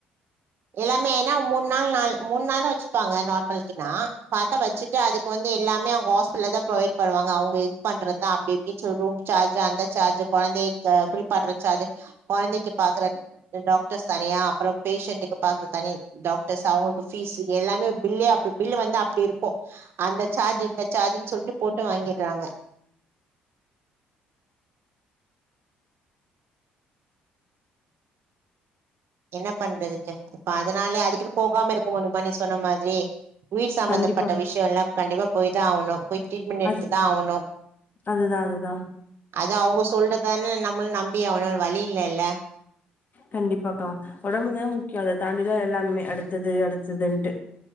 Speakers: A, on the right (about 60°); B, on the left (about 40°).
A: எல்லாமேனா மூண் நாள் நால் மூண் நாள் தா வெச்சுப்பாங்க நார்மலுக்கின்னா பாத்தா வச்சுட்டு அதுக்கு வந்து எல்லாமே அவுங்க ஹாஸ்பில்ல தா ப்ரொவைட் பன்னுவா அங்க அவுங்க இது பண்றத்தா அப்டி ப்டின் சொல்வோங் சார்ஜு அந்த சார்ஜு கொழந்திய க குளிப்பாட்ற சார்ஜு கொழந்திக்கு பாக்கற து டாக்டர்ஸ் தனியா அப்பறோ பேஷண்டுக்கு பாக்க தனி டாக்டர்ஸ் அவுங்க கு ஃபீஸு எல்லாமே பில்லே அப்டி பில்லு வந்து அப்டி இருக்கு அந்த சார்ஜு இந்த சார்ஜுன் சொல்ட்டு போட்டு வா ங்கிறாங்க என்ன பண்றதுக்கு இப்ப அதனாலே அதுக்குனு போகாம இருக்க முடிமா நீ சொன்ன மாத்ரி உயிர் சம்பந்தப்பட்ட
B: கண்டிப்பா
A: விஷ்யல்லா கண்டிப்பா போய்தா ஆவுணு போய் ட்ரீட்மென் எடுத்துதா
B: அது
A: ஆவுணு
B: அதுதா அதுதா
A: அது அவுங்க சொல்றத் தான நம்புள் நம்பியாவனு வழி இல்லல்ல
B: கண்டிப்பாக்கா ஒடம்பு தா முக்யோ அத தாண்டிதா எல்லாமே அடுத்தது அடுத்ததுன்ட்டு